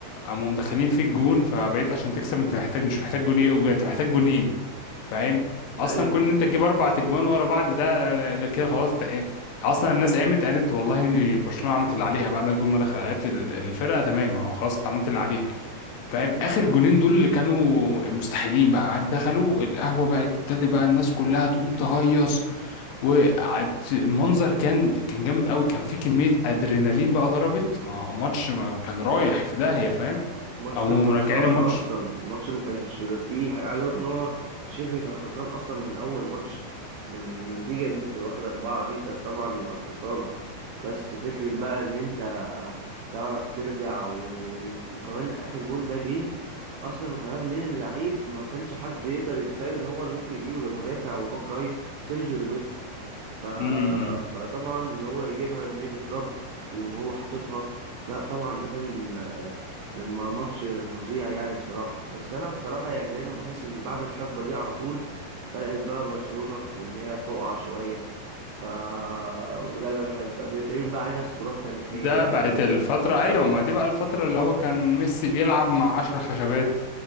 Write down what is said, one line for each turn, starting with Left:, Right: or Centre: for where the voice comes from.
Left: قاموا مدخلين في الجون فبقيت عشان تكسب أنت محتاج مش محتاج جونين أنت محتاج جونين فاهم أصلا
Right: ايوه
Left: كون إن أنت تجيب أربع أجوان ورا بعض ده ده, ده كده خلاص أنت- أصلا الناس قامت قالت والله إن برشلونة عملت اللي عليها بعد ما الجون ما دخل قالت ال- الفرقة تمام أهو خلاص أنت عملت اللي عليك فاهم اخر جونين دول اللي كانوا مستحيلين بقى عارف دخلوا القهوه بقى ابتدى بقى الناس كلها تقوم تهيص والمنظر كان كان جامد قوي كان في كميه ادرينالين بقى ضربت ما هو ماتش ما كان رايح في داهيه فاهم
Right: الماتش
Left: قاموا
Right: كان خلصان
Left: مرجعين الماتش
Right: اصلا الماتش ما كانش بيبقى فيه حاجة. عايز اقول ان هو شبه كان خلصان اصلا من اول ماتش من النتيجه ان انت تبقى واخد اربعه دي كانت طبعا يبقى خلصانه بس فكره بقى ان انت تعرف ترجع و... وكمان اخر جون ده جه اصلا كمان من اللعيب ما كانش حد يقدر يتخيل ان هو اللي ممكن يجيبه ده مدافع وباك رايت سيرجيو روبرتو ف...
Left: امم
Right: فطبعا ان هو يجيبها ان هي تترد ويقوم هو حاططها لا طبعا ده كان كان ما- ماتش فظيع يعني بصراحة بس انا بصراحة يعني دايما بحس ان بعد الحقبة دي على طول بدأت بقى برشلونة في ان هي تقع شوية ف لا انا بحب بيتعمل بقى علينا سكورات تاريخية
Left: ده
Right: يعني
Left: بقت الفتره ايوه ما دي بقى الفتره اللي هو كان ميسي بيلعب مع عشر خشبات